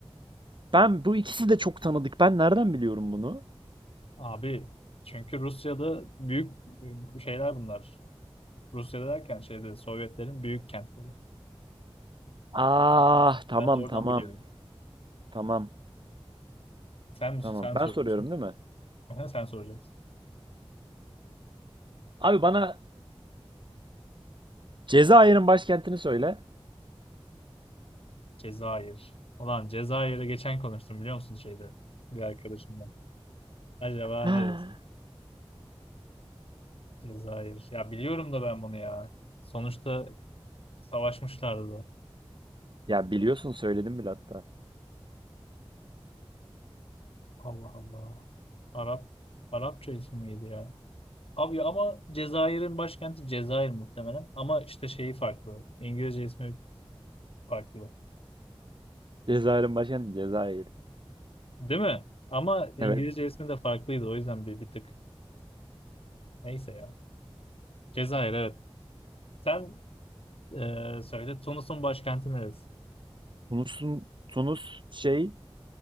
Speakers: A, on the right; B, on the left.
A: Ben bu ikisi de çok tanıdık. Ben nereden biliyorum bunu?
B: Abi çünkü Rusya'da büyük ıı, şeyler bunlar. Rusya'da derken şeyde Sovyetlerin büyük kentleri.
A: Ah tamam
B: Ben de oradan
A: tamam
B: biliyorum.
A: tamam
B: Sen
A: tamam.
B: sen
A: Ben
B: soruyorsun.
A: soruyorum değil mi?
B: Aha, Sen soracaksın.
A: Abi bana Cezayir'in başkentini söyle.
B: Cezayir. Ulan Cezayir'e geçen konuştum biliyor musun şeyde bir arkadaşımla. Acaba
A: <gasps>
B: neresi? Cezayir. Ya biliyorum da ben bunu ya. Sonuçta savaşmışlardı
A: Ya biliyorsun söyledim bile hatta.
B: Allah Allah. Arap Arapça ismi miydi ya? Abi ama Cezayir'in başkenti Cezayir muhtemelen. Ama işte şeyi farklı. İngilizce ismi farklı.
A: Cezayir'in başkenti Cezayir.
B: Değil mi? Ama İngilizce
A: Evet.
B: ismi de farklıydı. O yüzden bir, bir tık. Neyse ya. Cezayir evet. Sen eee, söyle. Tunus'un başkenti neresi?
A: Tunus'un Tunus şey